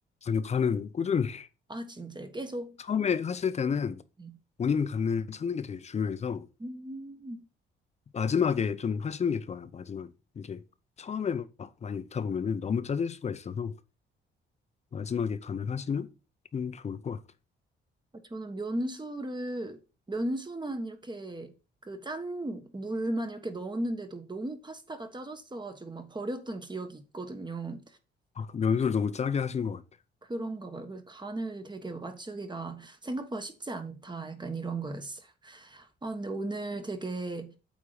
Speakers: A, on the left; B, on the right.
A: 아니요, 가능. 꾸준히.
B: 아, 진짜요? 계속?
A: 처음에 하실 때는
B: 네.
A: 본인 감을 찾는 게 되게 중요해서
B: 음,
A: 마지막에 좀 하시는 게 좋아요. 마지막에. 이게 처음에 막 많이 읽다 보면은 너무 짜질 수가 있어서 마지막에 감을 하시면 좀 좋을 것 같아요.
B: 저는 면수를, 면수만 이렇게 그 짠 물만 이렇게 넣었는데도 너무 파스타가 짜졌어가지고 막 버렸던 기억이 있거든요.
A: 아, 연습을 너무 짜게 하신 것 같아요.
B: 그런가 봐요. 그래서 간을 되게 맞추기가 생각보다 쉽지 않다. 약간 이런 거였어요. 아, 근데 오늘 되게